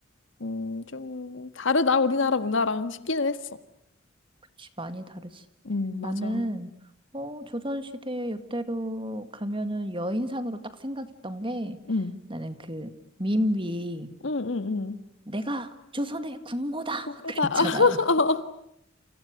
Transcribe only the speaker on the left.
음, 좀 다르다, 우리나라 문화랑 싶기는 했어.
음, 맞아.
음,
음, 음, 음.
공부다.
<laughs>